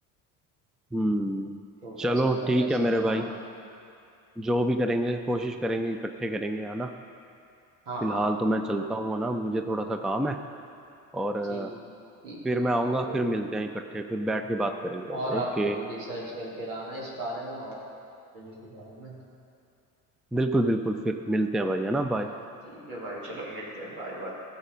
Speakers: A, in the centre; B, on the right.
A: हम्म
B: छोटा
A: चलो
B: सा बढ़िया
A: ठीक है
B: सा
A: मेरे
B: प्लान
A: भाई
B: है
A: जो भी करेंगे कोशिश करेंगे इकट्ठे करेंगे है ना
B: हाँ
A: फिलहाल
B: हाँ
A: तो मैं चलता हूँ है ना मुझे थोड़ा सा काम है और अ,
B: ठीक ठीक
A: फिर
B: है
A: मैं
B: ठीक
A: आऊंगा
B: है कोई
A: फिर मिलते
B: बात नहीं
A: हैं इकट्ठे फिर बैठ के बात करेंगे भाई
B: और आप
A: ओके
B: थोड़ी रिसर्च करके लाना इस बारे में और चीजों के बारे में
A: बिल्कुल बिल्कुल फिर मिलते हैं भाई है ना
B: हाँ
A: बाय
B: ठीक है भाई चलो मिलते हैं बाय बाय